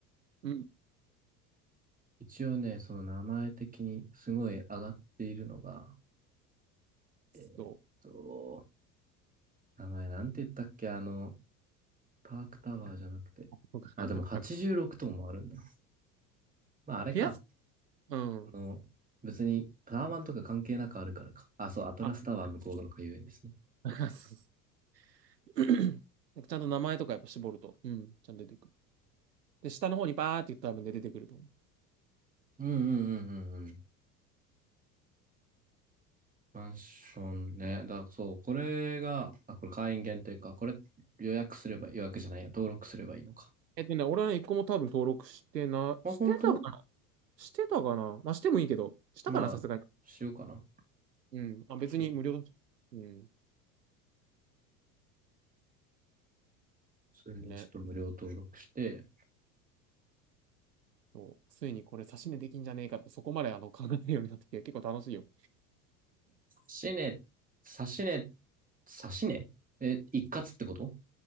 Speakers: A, on the right; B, on the right.
A: うん。
B: 一応ね、その名前的にすごい上がっているのが、えーっと、
A: そ
B: 名前なんて言ったっけあの、パークタワーじゃなくて。
A: う。とか、
B: あ、
A: なとか、
B: でも86棟もあるんだ。
A: なとか。
B: まあ、あれか。
A: 部屋、うん。
B: あの、別にタワマンとか関係なくあるからか。あ、そう、アトラスタワー向ヶ丘遊園ですね。
A: あ、<laughs> そうそう <clears throat> なんかちゃんと名前とかやっぱ絞ると、うん、ちゃんと出てくる。で、下の方にバーって言ったら多分ね出てくると思う。
B: うんうんうんうんうん。マンションね。だ、そう、これが、あ、これ会員限定か。これ予約すれば、予約じゃないや、登録すればいいのか。
A: えっとね、俺はね、一個も多分登録してな、
B: まあ、
A: してたかな
B: 本当
A: してたかなまあ、してもいいけど、したかなさすがに。
B: まあ、しようかな。
A: うん。あ、別に無料だし。
B: ちょ、普
A: うん。
B: 通にちょっと無料登録して、
A: ね。そう。ついにこれ差し値できんじゃねえかとか、そこまであの考えるようになってきて、結構楽しいよ。
B: 指値、差し値、差し値え、一括ってこと